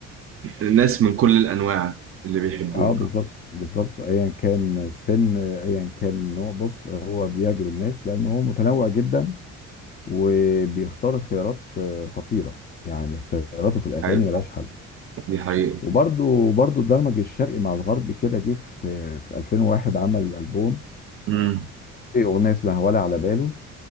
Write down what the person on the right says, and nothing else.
الناس من كل الأنواع اللي بيحبوه
حقيقة.
دي حقيقة
امم